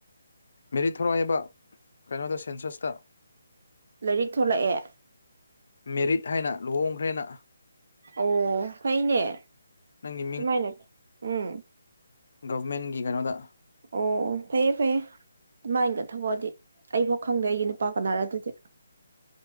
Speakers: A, on the left; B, on the right.
A: ꯃꯦꯔꯤ ꯊꯣꯔꯏꯕ ꯀꯩꯅꯣꯗ ꯁꯦꯟꯁꯁꯇ
B: ꯂꯥꯏꯔꯤꯛ ꯊꯣꯂꯛꯑꯦ
A: ꯃꯦꯔꯤꯠ ꯍꯥꯏꯅ ꯂꯨꯍꯣꯡꯈ꯭ꯔꯦꯅ
B: ꯑꯣ ꯐꯩꯅꯦ ꯑꯗꯨꯨꯃꯥꯏꯅ
A: ꯅꯪꯒꯤ
B: ꯎꯝ
A: ꯒꯣ ꯚꯦꯔꯃꯦꯟꯠꯀꯤ ꯀꯩꯅꯣꯗ
B: ꯑꯣ ꯐꯩꯌꯦ ꯐꯦ ꯑꯗꯨꯃꯥꯏꯅꯒ ꯊꯕꯛꯑꯗꯤ ꯑꯩꯐꯥꯎ ꯈꯪꯗꯦ ꯑꯩꯒꯤ ꯅꯨꯄꯥ ꯀꯅꯥꯔ ꯑꯗꯨꯗꯤ